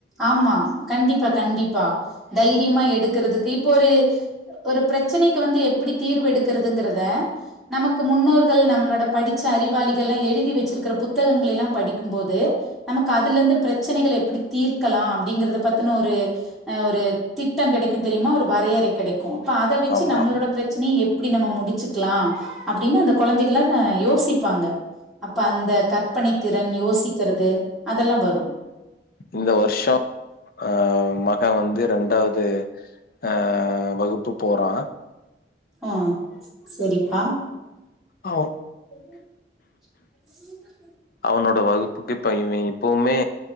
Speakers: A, in the centre; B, on the left.
A: ஆமா கண்டிப்பா கண்டிப்பா தை ரியமா எடுக்குறதுக்கு இப்போ ஒரு ஒரு ப்ரச்சனைக்கு வந்து எப்புடி தீர்வு எடுக்குறதுங்கறத நமக்கு முன்னோர்கள் நம்மளோட படிச்ச அறிவாளிகள்லா எழுதி வச்சுருக்குற புத்தகங்களெல்லா படிக்கும்போது நமக்கு அதுலருந்து பிரச்சனைகள எப்டித் தீர்க்கலா அப்டிங்கிறத பத்துன ஒரு அஹ் ஒரு திட்டங் கெடைக்கு தெரியுமா ஒரு வரையறை கெடைக்கு இப்ப அத வச்சு
B: ஆமா.
A: நம்மளோட பிரச்சனை எப் ப்டி நம்ம முடிச்சுக்லா அப்டின்னு அந்த கொழந்தைகள்லா அஹ் யோசிப்பாங்க அப்ப அந்த கற்பனை திறன் யோசிக்கிறது அதெல்லா வரு
B: இந்த வர்ஷோ ஆஹ் ம க வந்து ரெண்டாவ்து ஆஹ் வகுப்பு போறா
A: ஆஹ் செரிப்பா
B: அ ஓ
A: <inaudible>
B: அவனோட வகுப்புக்கு இப்ப இவ இப்பவுமே